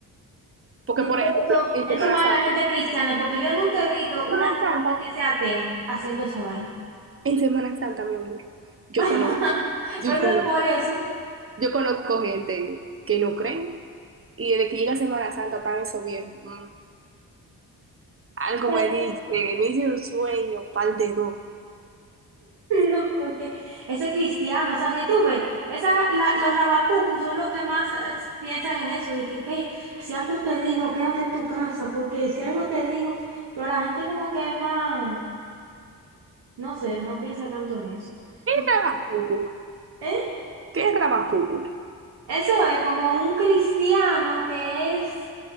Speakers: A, on the right; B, on the right.
A: Porque,
B: Dice
A: por
B: que
A: ejemplo,
B: Eso,
A: en
B: eso
A: Semana
B: es más
A: Santa,
B: de la gente cristiana, porque yo nunca he visto una
A: Semana Santa,
B: gente que sea atea haciendo esa vaina.
A: en Semana Santa, mi amor, yo
B: <laughs>
A: conozco, yo
B: Pero eso
A: conozco,
B: es por eso.
A: yo conozco gente que no creen y desde que llega Semana Santa están esos viejos. mm, algo
B: <laughs>
A: me dice, me hice un sueño, pal de dos.
B: No, porque ese es cristiano, o sea, si tú ves, esa, la- los rabacucus son los que más eh, piensan en eso, de que, que si algo te dijo, quédate en tu casa, porque si algo te dijo, pero la gente como que es más, no sé, no piensa tanto en eso.
A: ¿Qué
B: Porque,
A: rabacucu?
B: ¿eh?
A: ¿Qué rabacucu?
B: Eso es como un cristiano que es